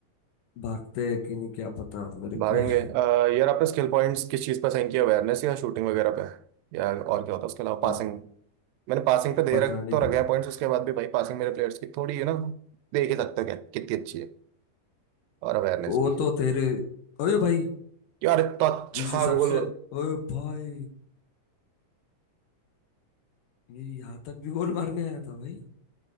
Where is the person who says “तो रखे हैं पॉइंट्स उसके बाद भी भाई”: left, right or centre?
Right